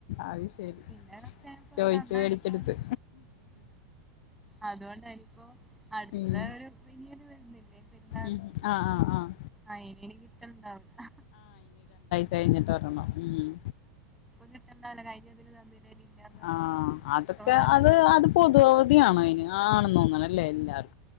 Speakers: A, on the left; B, in the centre.
A: അത് ശരി
B: പിന്നെ പ്പോ
A: ചോയിച്ചു
B: അന്ന
A: മേടിച്ചെടുത്ത്
B: അടുത്തന്നു അതുകൊണ്ടനിപ്പോൊ അടുത്ത
A: ഉം
B: ഒരു വലിയല് വരുന്നില്ലേ പെരുന്നാള്
A: ഉം ആഹ് ആഹ് ആഹ്
B: അയിനന് കിട്ടലണ്ടാവില്ല
A: കഴിഞ്ഞിട്ട എന്ന ഇ
B: കിട്ടണ്ടാവില്ല കഴിഞ്ഞതിന് തന്നില്ലേന് ഇല്ലാന്ന് പറയും
A: ആ അതൊക്കെ
B: വേറെ
A: അത്
B: എങ്ങനെ
A: അത് പൊതുവവധി ആണോ അയ്ന് ആ തോങ്ങലല്ലേ എല്ലാരും